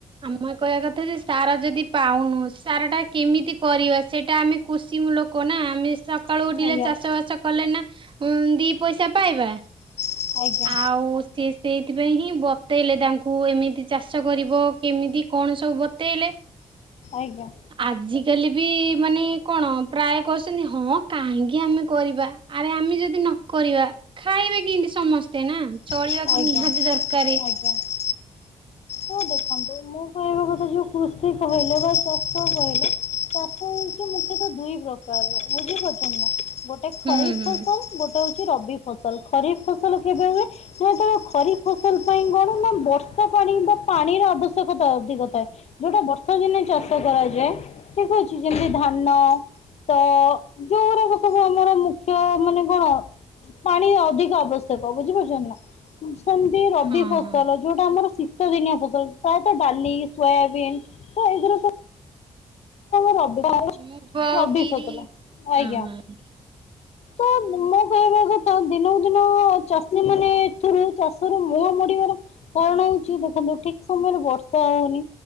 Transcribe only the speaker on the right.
ଆମେ କହିବା କଥା ଯେ ସାର ଯଦି ପାଉନୁ ସାର ଟା କେମିତି କରିବା ସେଇଟା ଆମେ କୃଷି ମୂଲୋ କ ନା ଆମେ ସକାଳୁ ଉଠିଲେ
ଚାଷ ବାସ କଲେ ନା ଉଁ ଦି ପଇସା ପାଇବା।
ଆଉ ସିଏ ସେଇଥିପାଇଁ ହିଁ ବତେଇଲେ ତାଙ୍କୁ ଏମିତି ଚାଷ କରିବ। କେମିତି କଣ ସବୁ ବତେଇଲେ।
ଆଜିକାଲି ବି ମାନେ କଣ ପ୍ରାୟ କହୁଛନ୍ତି ହଁ କାହିଁକି ଆମେ କରିବା। ଆରେ ଆମେ ଯଦି ନ କରିବା ଖାଇବେ କେମତି ସମସ୍ତେ ନା। ଚଳିବାକୁ
ନିହାତି ଦରକାରେ।
ହୁଁ ହୁଁ।
ହଁ
ହଁ।
ହୁଁ ମୁଗ
ବିରି
ହଁ ହଁ।